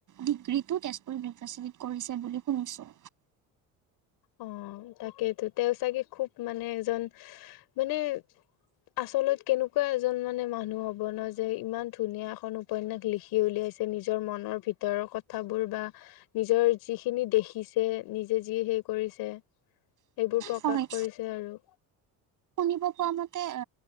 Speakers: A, on the right (about 55°); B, on the left (about 85°).
A: ডিগ্ৰী টো তেজপুৰ ইউনিভাৰ্চিটিত কৰিছে বুলি শুনিছোঁ।
B: অ', তাকেইটো তেওঁ চাগে খুব মানে এজন মানে আচলত কেনেকুৱা এজন মানে মানুহ হ'ব ন' যে ইমান ধুনীয়া এখন উপন্যাস লিখি উলিয়াইছে নিজৰ মনৰ ভিতৰৰ কথাবোৰ বা নিজৰ যিখিনি দেখিছে নিজে যি সেই কৰিছে। এইবোৰ প্ৰকাশ
A: হয়
B: কৰিছে আৰু
A: শুনিব পোৱা মতে অ',